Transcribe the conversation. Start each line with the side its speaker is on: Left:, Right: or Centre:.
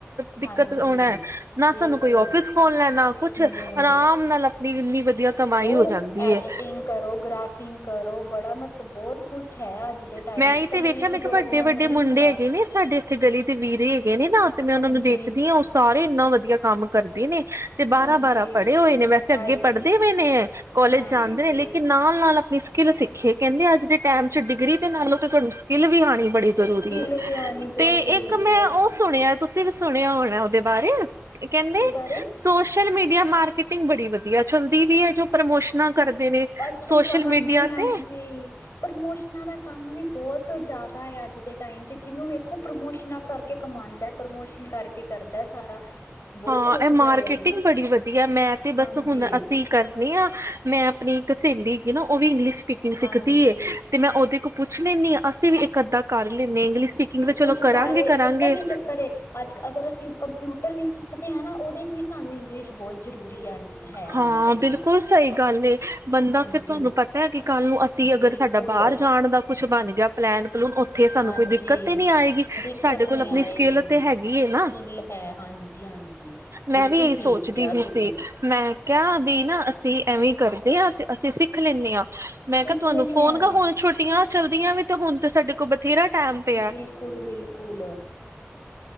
Right: ਦਿੱਕਤ
Left: ਹਾਂਜੀ
Right: ਆਉਣਾ। ਨਾ
Left: ਬਿਲਕੁਲ
Right: ਸਾਨੂੰ ਕੋਈ ਓਫਿਸ ਖੋਲਨਾ ਏ ਨਾ ਕੁਛ
Left: ਹਮ
Right: ਆਰਾਮ ਨਾਲ ਆਪਣੀ ਇੰਨੀ ਵਧੀਆ ਕਮਾਈ
Left: ਹੋਰ
Right: ਹੋ ਜਾਂਦੀ
Left: ਐਡੀਟਿੰਗ
Right: ਏ।
Left: ਕਰੋ, ਗ੍ਰਾਫਿੰਗ ਕਰੋ, ਬੜਾ ਮਹੱਲਬ ਬੋਤ ਕੁਛ ਐ ਅੱਜ ਦੇ ਟਾਈਮ
Right: ਮੈਂ
Left: ਚ
Right: ਏਹੀ
Left: ਇਕੱਲੀ
Right: ਤੇ ਵੇਖਿਆ
Left: ਇੱਕ
Right: ਮੈਂ
Left: ਜੋਬ
Right: ਵੱਡੇ-ਵੱਡੇ
Left: ਨਾਲ ਨਹੀਂ
Right: ਮੁੰਡੇ
Left: ਹੁੰਦਾ
Right: ਹੈਗੇ ਨੇ ਸਾਡੇ ਥੇ ਗਲੀ ਦੇ ਵੀਰੇ ਹੈਗੇ ਨੇ ਨਾ ਤੇ ਮੈਂ
Left: ਹਾਂਜੀ
Right: ਉਹਨਾਂ ਨੂੰ ਦੇਖਦੀ ਹਾਂ ਉਹ ਸਾਰੇ ਇੰਨਾ ਵਧੀਆ ਕੰਮ ਕਰਦੇ ਨੇ ਤੇ ਬਾਰਾਂ-ਬਾਰਾਂ
Left: ਹਾਂਜੀ
Right: ਪੜ੍ਹੇ ਹੋਏ ਨੇ, ਵੈਸੇ ਅੱਗੇ
Left: ਆਈ
Right: ਪੜ੍ਹਦੇ ਪਏ ਨੇ ਕੋਾਲਜ
Left: ਹਾਂ
Right: ਜਾਂਦੇ ਨੇ ਲੇਕਿਨ ਨਾਲ ਨਾਲ ਆਪਣੀ ਸਕਿੱਲ ਸਿੱਖੇ, ਕਹਿੰਦੇ ਅੱਜ ਦੇ ਟਾਈਮ ਚ ਡਿਗਰੀ ਨਾਲ ਤੁਹਾਨੂੰ ਸਕਿੱਲ ਵੀ ਆਣੀ ਬੜੀ ਜ਼ਰੂਰੀ
Left: ਸਕਿੱਲ
Right: ਐ,
Left: ਵੀ ਆਉਣੀ ਬਹੁਤ
Right: ਤੇ
Left: ਜ਼ਰੂਰੀ
Right: ਇੱਕ ਮੈਂ
Left: ਹੈ
Right: ਉਹ
Left: ਕਿਹਦੇ
Right: ਸੁਣਿਆ ਤੁਸੀਂ ਵੀ ਸੁਣਿਆ ਹੋਣਾ ਉਹਦੇ ਬਾਰੇ, ਕਹਿੰਦੇ
Left: ਬਾਰੇ
Right: ਸੋਸ਼ਲ ਮੀਡੀਆ ਮਾਰਕੀਟ ਟੀਗ ਬੜੀ ਵਧੀਆ ਚੱਲਦੀ ਵੀ ਹੈ ਜੋ ਪ੍ਰਮੋਸ਼ਨਾਂ ਕਰਦੇ ਨੇ
Left: ਅੱਛਾ-ਅੱਛਾ,
Right: ਸੋਸ਼ਲ
Left: ਹਾਂਜੀ-ਹਾਂਜੀ।
Right: ਮੀਡੀਆ ਤੇ
Left: ਪ੍ਰਮੋਸ਼ਨਾਂ ਦਾ ਕੰਮ ਵੀ ਬਹੁਤ ਜ਼ਿਆਦਾ ਆ ਅੱਜ ਦੇ ਟਾਈਮ ਚ, ਜਿਹਨੂੰ ਵੇਖੋ ਪ੍ਰਮੋਸ਼ਨਾਂ ਕਰਕੇ ਕਮਾਉਦਾ, ਪ੍ਰਮੋਸ਼ਨ ਕਰਕੇ ਕਰਦਾ ਸਾਰਾ।
Right: <unintelligible>
Left: ਬਹੁਤ
Right: ਹਾਂ,
Left: ਵਧੀਆ
Right: ਇਹ ਮਾਰਕੀਟਿੰਗ
Left: ਆ ਵੀ
Right: ਬੜੀ ਵਧੀਆ, ਮੈਂ ਤੇ ਬਸ
Left: ਹਾਂਜੀ।
Right: ਹੁਣ ਅਸੀਂ ਕਰਨੇ ਹਾਂ ਮੈਂ ਮੇਰੀ ਇੱਕ ਸਹੇਲੀ ਹੈਗੀ ਨਾ, ਉਹ ਵੀ ਇੰਗਲਿਸ਼ ਸਪੀਕਿੰਗ ਸਿੱਖਦੀ
Left: ਹਾਂਜੀ-ਹਾਂਜੀ
Right: ਏ, ਤੇ ਮੈਂ ਉਹਦੇ ਕੋ ਪੁੱਛ ਲੈਨੀ ਹਾਂ, ਅਸੀਂ ਵੀ ਇੱਕ ਅੱਧਾ ਕਰ ਲੈਂਨੇ ਹਾਂ, ਇੰਗਲਿਸ਼ ਸਪੀਕਿੰਗ ਤੇ
Left: ਕੁਛ
Right: ਚਲੋ ਕਰਾਂਗੇ,
Left: ਸਾਰੇ
Right: ਕਰਾਂਗੇ।
Left: ਪਤਾ ਕੀ ਚੱਕਰ ਏ ਅੱਜ ਕ ਅਗਰ ਅਸੀਂ ਕੰਪਿਊਟਰ ਵੀ ਸਿੱਖਦੇ ਹਾਂ ਨਾ, ਉਹਦ 'ਚ ਵੀ ਸਾਨੂੰ ਇੰਗਲਿਸ਼ ਬਹੁਤ ਜ਼ਰੂਰੀ ਆ ਹੈ ਆਣੀ
Right: ਹਾਂ
Left: ਚਾਹੀਦੀ
Right: ਬਿਲਕੁਲ ਸਹੀ ਗੱਲ ਏ ਬੰਦਾ
Left: ਹਾਂਜੀ
Right: ਫਿਰ ਤੁਹਾਨੂੰ ਪਤਾ ਹੈ ਕਿ? ਕੱਲ ਨੂੰ ਅਸੀਂ, ਅਗਰ
Left: ਬਿਲਕੁਲ
Right: ਸਾਡਾ ਬਾਹਰ ਜਾਣ ਦਾ ਕੁੱਛ ਬਣ ਗਿਆ। ਪਲੈਨ ਪਲੂਨ, ਉੱਥੇ ਸਾਨੂੰ
Left: ਹਾਂਜੀ
Right: ਕੋਈ ਦਿੱਕਤ ਤੇ ਨਹੀਂ ਆਏਗੀ
Left: ਦਿੱਕਤ
Right: ਸਾਡੇ ਕੋਲ,
Left: ਨੀ
Right: ਆਪਣੀ
Left: ਆਏਗੀ।
Right: ਸਕਿੱਲ ਤੇ ਹੈਗੀ ਨਾ।
Left: ਹਿੱਲ ਹੈ, ਹਾਂਜੀ -ਹਾਂਜੀ,
Right: ਮੈਂ
Left: ਬਿਲਕੁਲ
Right: ਵੀ ਇਹੀ
Left: ਠੀਕ
Right: ਸੋਚਦੀ
Left: ਕਿਹਾ,
Right: ਵੀ
Left: ਤੁਸੀਂ।
Right: ਸੀ ਮੈਂ ਕਿਹਾ, ਬੀ ਨਾ, ਅਸੀਂ ਐਵੇਂ ਕਰਦੇ ਹਾਂ। ਤੇ ਅਸੀਂ ਸਿੱਖ ਲੈਂਦੇ ਹਾਂ, ਮੈਂ
Left: ਸਿੱਖ
Right: ਕਿਹਾ ਤੁਹਾਨੂੰ
Left: ਲੈਂਦੇ
Right: ਫੋਨ
Left: ਹਾਂ
Right: ਹੁਣ ਛੁੱਟੀਆਂ ਚਲਦੀਆਂ ਵੀ ਤੇ ਹੁਣ ਤੇ ਸਾਡੇ। ਕੋ, ਬਥੇਰਾ ਟਾਈਮ ਪਿਆ।
Left: ਬਿਲਕੁਲ- ਬਿਲਕੁਲ।